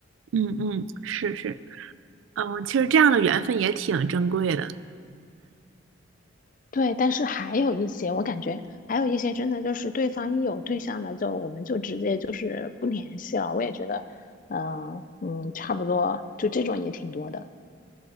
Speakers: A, on the right; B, on the left.
A: 嗯嗯，是是，嗯，其实这样的缘分也挺珍贵的。
B: 对，但是还有一些，我感觉还有一些真的就是对方一有对象了，就我们就直接就是不联系了。我也觉得，嗯、嗯，差不多，就这种也挺多的。